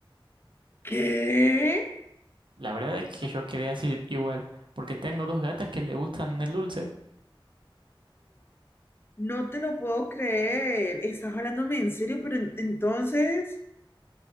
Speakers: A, on the left; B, on the right.
A: ¿Qué?
B: La verdad es que yo quedé así igual, porque tengo dos gatas que le gustan el dulce.
A: No te lo puedo creer. Estás hablándome en serio, pero en- entonces...